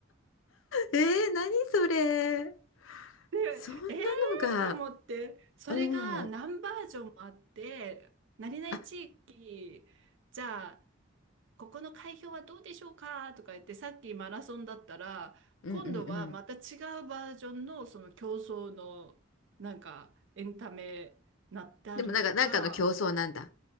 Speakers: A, on the left; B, on the right.
A: えー、何それ。
B: で、
A: そんなのが。
B: えーと思って、それが何バージョンもあって、
A: うん。
B: 何々地域、
A: あ、
B: じゃあ、ここの開票はどうでしょうかとか言って、さっきマラソンだったら、
A: うんうんうん。
B: 今度はまた違うバージョンのその競争のなんかエンタメなったりとか、
A: でもなんか、なんかの競争なんだ。